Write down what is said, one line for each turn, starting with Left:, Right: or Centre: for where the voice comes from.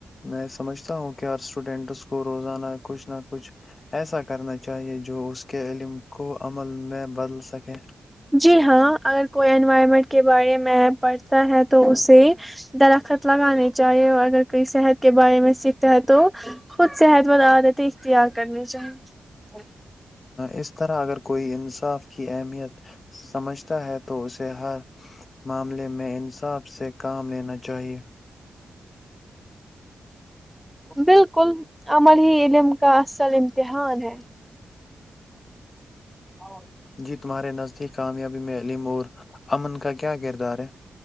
Left: میں سمجھتا ہوں کہ ہ اسٹوڈینٹس کو روزانہ کچھ نہ کچھ ایسا کرنا چاہیے جو اس کے علم کو عمل میں بدل سکے <unintelligible>
Centre: جی ہاں اگر کوئی انوائرمنٹ کے بارے میں پڑھتا ہے تو اسے درخت لگانے چاہیے اور اگر کوئی صحت کے بارے میں سیکھتا ہے تو خود صحت وند عادتیں اختیار کرنی چاہیے
Left: اس طرح اگر کوئی انصاف کی اہمیت سمجھتا ہے تو اسے ہر معاملے میں انصاف سے کام لینا چاہیئے
Centre: بالکل امن ہی علم کا اصل امتحان ہے <unintelligible> <unintelligible> اور
Left: جی تمہے نزدیک کامیاب میں علیمور امن کا کیا کردار <unintelligible> <inaudible>